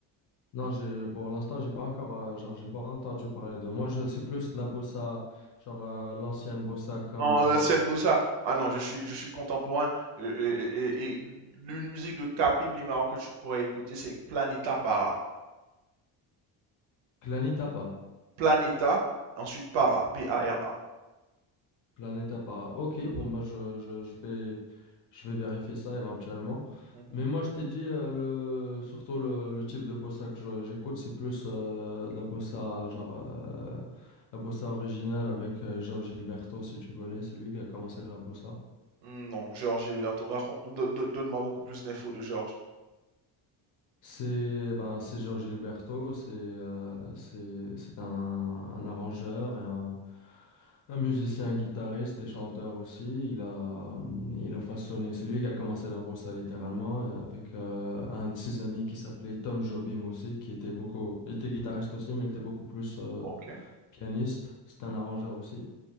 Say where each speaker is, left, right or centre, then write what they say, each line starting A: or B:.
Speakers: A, on the left; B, on the right.
A: non, j'ai- pour l'instant, j'ai pas encore, euh, genre, j'ai pas entendu parler de. Moi, je, c'est plus de la bossa, genre, euh, l'ancienne bossa comme
B: En
A: euh,
B: ancienne Bossa. Ah non, je suis, je suis contemporain. Et, et- et- et l'une musique de Capim Limao que tu pourrais écouter, c'est Planeta Para.
A: Planetapa.
B: Planeta, ensuite Para, P-A-R-A.
A: Pla- Planetapa. Ok,
B: Mhm,
A: bon, bah, je, je, je vais, je vais vérifier ça éventuellement.
B: mhm.
A: Mais moi, je t'ai dit, euh, le, surtout le, le type de bossa que je- j'écoute, c'est plus euh, la bossa, genre, euh, la bossa originale avec euh, João Gilberto, si tu connais, c'est lui qui a commencé la bossa.
B: Mm, Non, Georges et raconte, do- do- donne-moi beaucoup plus d'infos de Georges.
A: C'est ben, c'est João Gilberto, c'est euh, c'est c'est un, un arrangeur et un, un musicien, guitariste et chanteur aussi. Il a hum, il a façonné, c'est lui qui a commencé la bossa littéralement et avec euh, un de ses amis qui s'appelait Tom Jobim aussi, qui était beaucoup, il était guitariste aussi, mais il était beaucoup plus euh,
B: Ok.
A: pianiste. C'était un arrangeur aussi.